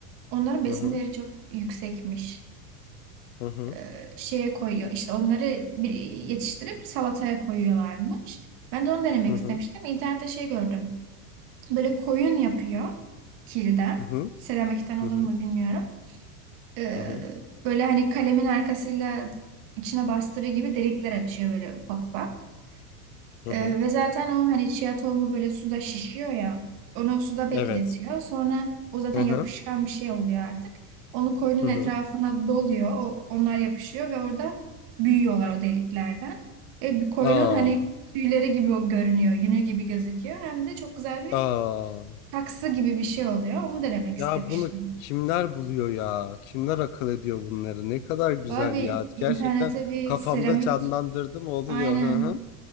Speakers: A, on the right; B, on the left.
A: Onların besin
B: Hı hı.
A: değeri çok yüksekmiş.
B: Hı hı.
A: Ee, şeye koyuyor işte onları bir yetiştirip salataya koyuyorlarmış. Ben de onu denemek
B: Hı hı.
A: istemiştim. İnternette şey gördüm. Böyle koyun yapıyor kilden.
B: Hı hı.
A: Seramikten olur
B: Hı hı.
A: mu bilmiyorum. Ee,
B: Hı hı. Hı hı.
A: böyle hani kalemin arkasıyla içine bastırı gibi delikler açıyor böyle ufak ufak.
B: Hı
A: Ee,
B: hı.
A: ve zaten o hani chia tohumu böyle suda şişiyor ya. Onu suda bekletiyor.
B: Evet.
A: Sonra o zaten
B: Hı
A: yapışkan
B: hı.
A: bir şey oluyor artık. Onu koyunun
B: Hı
A: etrafına
B: hı.
A: doluyor. O, onlar yapışıyor ve orada büyüyorlar o deliklerden. Ve bir koyunun
B: Aa.
A: hani tüyleri gibi o görünüyor. Yünü gibi gözüküyor. Hem de çok güzel bir
B: Aa.
A: taksı gibi bir şey oluyor. Onu denemek
B: Ya
A: istemiştim.
B: bunu kimler buluyor ya? Kimler akıl ediyor bunları? Ne kadar güzel
A: Valla bir
B: ya.
A: internete
B: Gerçekten
A: bir
B: kafamda
A: seramik
B: canlandırdım oluyor.
A: aynen
B: Hı hı.